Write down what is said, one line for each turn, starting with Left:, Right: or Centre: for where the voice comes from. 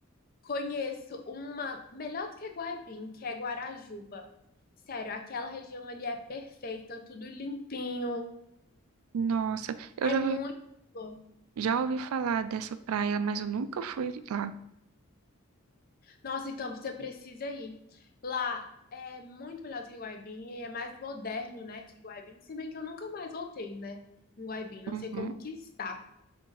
Left: Conheço uma melhor do que Guaibim, que é Guarajuba. Sério, aquela região ali é perfeita, tudo limpinho.
Right: Nossa, eu
Left: É
Right: já
Left: muito bom.
Right: Já ouvi falar dessa praia, mas eu nunca fui lá.
Left: Nossa, então você precisa ir. Lá é muito melhor do que Guaibim e é mais moderno, né, que Guaibim. Se bem que eu nunca mais voltei, né, em Guaibim. Não
Right: Uhum,
Left: sei como que está.